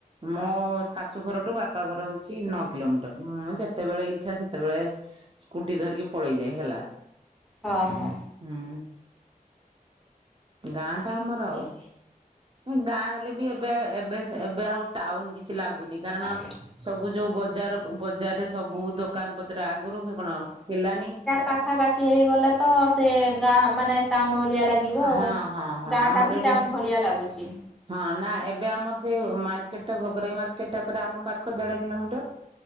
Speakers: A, on the right (about 35°); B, in the centre.
A: ମୋ ଶାଶୁଘରଠୁ ବାପା ଘର ହଉଚି ନଅ କିଲୋମିଟର ମୁଁ ଯେତେବେଳେ ଇଚଛା ସେତେବେଳେ ସ୍କୁଟି ଧରିକି ପଳେଇ ଯାଏ ହେଲା।
B: ହଁ
A: ହୁଁ
B: ହଁ
A: ଗାଁ ଟା ଆମର ଆଉ। ଗାଁ ହେଲେ ବି ଏବେ ଏବେ ଏବେ ଆଉ ଟାଉନ କିଛି ଲାଗୁନି କାରଣ
B: ହୁଁ
A: ସବୁ ଯୋଉ ବଜାର ବଜାରରେ ସବୁ ଦୋକାନ ପତ୍ର ଆଗରୁ କି କଣ ଥିଲାନି।
B: ପାଖା ପାାଖି ହେଇଗଲେ ତ ସେ ଗାଁ ମାନେ ଟାଉନ ଭଳିଆ ଲାଗି ଲାଗିବ ଆଉ।
A: ହଁ ହଁ ହଁ
B: ଗାଁ
A: ଆମର
B: ଟା ବି
A: ଏଠି
B: ଟାଉନ ଭଳିଆ ଲାଗୁଚି।
A: ହଁ ନା ଏବେ ଆମର ସେଇ ମାର୍କେଟ ଟା ଭୋଗରାଇ ମାର୍କେଟ ଟା ପୁରା ଆମ ପାଖ ଦେଢ କିଲୋମିଟର।